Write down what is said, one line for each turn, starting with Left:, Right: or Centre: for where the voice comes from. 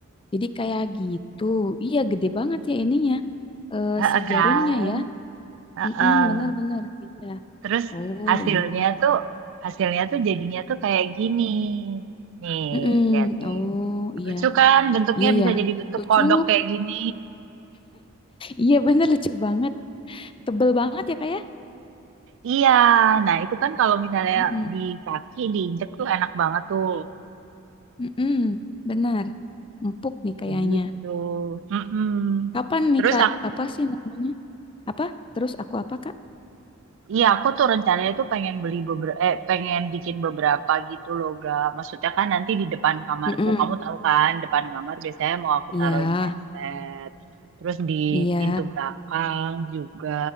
Left: jadi kayak gitu. Iya, gede banget ya ininya. Eh,
Right: Heeh
Left: si
Right: kan?
Left: jarumnya ya.
Right: Heeh.
Left: Mm-mm, benar-benar. Iya.
Right: Terus
Left: Oh,
Right: hasilnya
Left: iya.
Right: tuh hasilnya tuh jadinya tuh kayak gini. Nih,
Left: Mm-mm.
Right: lihat nih.
Left: Oh, iya.
Right: Lucu kan bentuknya
Left: Iya
Right: bisa
Left: ya.
Right: jadi bentuk
Left: Lucu.
Right: kodok kayak gini.
Left: Iya bener lucu banget. Tebel banget ya, Kak ya?
Right: Iya, nah itu kan kalau misalnya
Left: Mm-mm.
Right: di kaki diinjek tuh enak banget tuh.
Left: Mm-mm. Benar. Empuk nih
Right: Kayak
Left: kayaknya.
Right: gitu. Mm-mm.
Left: Kapan nih
Right: Terus
Left: Kak? Apa sih namanya? Apa? Terus aku apa Kak?
Right: Iya, aku tuh rencananya tuh pengen beli beberapa, eh, pengen bikin beberapa gitu loh, ga. Maksudnya kan nanti di depan kamarku,
Left: Mm-mm.
Right: kamu tahu kan, depan kamar biasanya mau aku
Left: Iya,
Right: taruhin keset, terus di
Left: iya.
Right: pintu belakang juga,